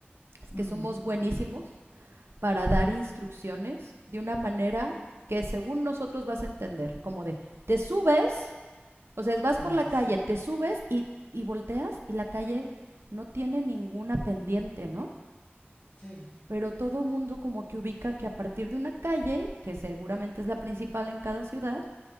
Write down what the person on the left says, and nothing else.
ujú.
Sí,
sí,
sí.
Sí.